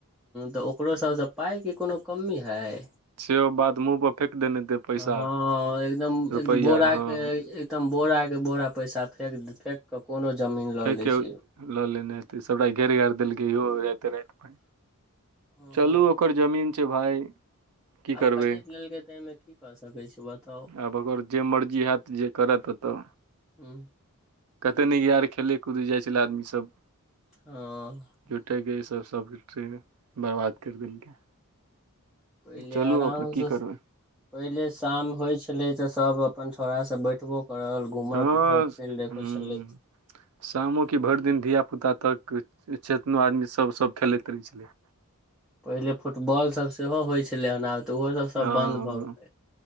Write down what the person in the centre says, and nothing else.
तऽ ओकरो सबसँ पाइके कोनो कमी हय
हँ एकदम
एकदम बोराके
एकदम बोराक के बोरा पैसा फेक फेक कऽ कोनो जमीन लऽ
लै छै
हँ
आब
खरीद लेलकै तऽ एहिमे की कऽ सकै छी बताउ
हूंम्म
ओ
पहिले
आराम
से
पहिले शाम होय छलै तऽ सब अपन छौड़ा सब बैठबो करल घुमल
फिर फो
<unintelligible> चल
पहिले फुटबॉल सब सेहो होइ छलै हेन आब तऽ ओहो सब सब
बन्द भऽ गेलै